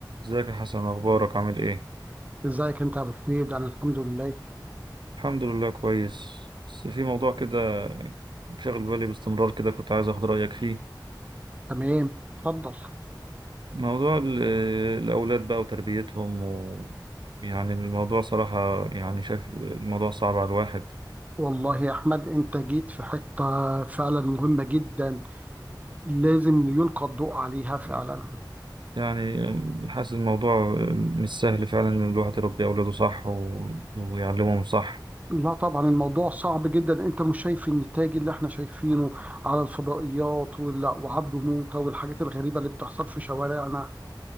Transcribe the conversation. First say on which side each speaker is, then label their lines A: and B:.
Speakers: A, on the right; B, on the right.
A: ازيك يا حسن اخبارك عامل ايه
B: ازيك انت يا ابو حميد انا الحمد لله
A: الحمد لله كويس بس في موضوع كده شاغل بالي باستمرار كده كنت عايز اخد رايك فيه
B: تمام اتفضل
A: موضوع ال- الاولاد بقى وتربيتهم و... يعني الموضوع صراحه يعني شايف الموضوع صعب على الواحد
B: والله يا احمد انت جيت في حته فعلا مهمه جدا لازم يلقى الضوء عليها فعلا
A: يعني حاسس الموضوع مش سهل فعلا ان الواحد يربي اولاده صح و... ويعلمهم صح
B: لا طبعا الموضوع صعب جدا انت مش شايف النتاج اللي احنا شايفينه على الفضائيات وال- وعبده موته والحاجات الغريبه اللي بتحصل في شوارعنا